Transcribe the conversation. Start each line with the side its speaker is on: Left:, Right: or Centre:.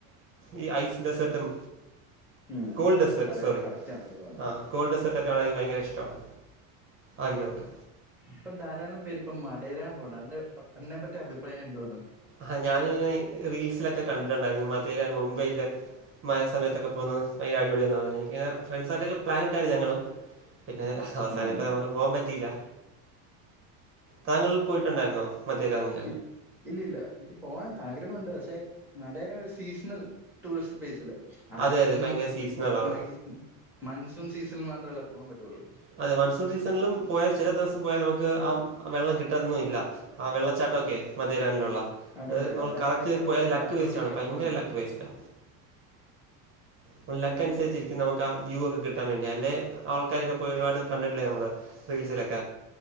Right: ഈ ഐസ് ഡെസേർട്ടും
Centre: ഉം.
Right: കോൾഡെസർട്ട്
Centre: അതെ
Right: സോറി
Centre: അതെ കറക്റ്റ് ആണ് ഇത് പറഞ്ഞത്
Right: ആഹ് കോൾഡെസേർട്ടൊക്കാണാ എനിക്ക് ഭയങ്കരഷ്ടവാ ആഗ്രഹുണ്ട്
Centre: ഇപ്പൊ ധാരാളം പേര്പ്പ മടരാൻ പോണംന്റെ എന്നെ പറ്റി അഭിപ്രായം എന്താണ്
Right: ആഹ് ഞാൻ റീൽസിലൊക്കെ കണ്ടിട്ടുണ്ടായിരുന്നു മധേരൻ മുംബൈയില് മര സമയത്തൊക്കെ പോക ഭയര അടിപൊളിയ എ പറഞ്ഞു എനിക്ക് ഫ്രണ്ട്സായിട്ടൊെ പ്ലാനട്ടായിരുന്നു ഞങ്ങളും പിന്നെ അവസാന
Centre: ഉം.
Right: ഇപ്പ നമുക്ക് പോവാൻ പറ്റിയില്ല താങ്കൾ പോയിട്ടുണ്ടായിരുന്നോ മദേരന്നു
Centre: എ <unintelligible> ഇല്ലില്ല എനിക്ക് പോകാൻ ആഗ്രഹമുണ്ട് പക്ഷേ മടയന ഒരു സീസണൽ ടൂറിസ്റ്റ് പ്ലേസ് അല്ലേ. ആകെ
Right: അതെ അതെ
Centre: ഈ
Right: ഭയങ്കര സീസണലാണ്
Centre: മയ് മൺസൂൺ സീസണ്ൽ മാത്രമല്ലേ പോകാൻ പറ്റൊള്ളൂ.
Right: അതെ മൺസൂൺ സീസണിലും പോയ ചില ദിവസ് സം പോയ നമുക്ക് ആ വെള്ളം കിട്ടൊന്നും ഇല്ല. ആ വെള്ളച്ചാട്ട ഒക്കെ മധേരാനിലുള്ള.
Centre: അതെ
Right: അതായത്
Centre: അതെ
Right: നമ്മൾ
Centre: അല്ലാത്ത
Right: കറക്റ്റ്
Centre: സമയത്ത് അവിടെ
Right: പോയാല് ലക്ക്
Centre: വരണ്ടുണങ്ങി
Right: വേസ്റ്റ് ആണ്
Centre: കിടക്കുവാന്ന്
Right: ഭയങ്കര
Centre: തോന്നുന്നു
Right: ലക്ക് വേസ്റ്റാ. നമ്ടെ ലക്ക് അനുസരിച്ചിരിക്കും നമുക്കാ വ്യൂ ഒക്കെ കിട്ടാൻ വേണ്ടി. അല്ലെ ആൾക്കാരൊക്കെ ഇപ്പോയൊരുപാട് കണ്ടിട്ടില്ലേ നമ്മള് റീൽസിലൊക്കെ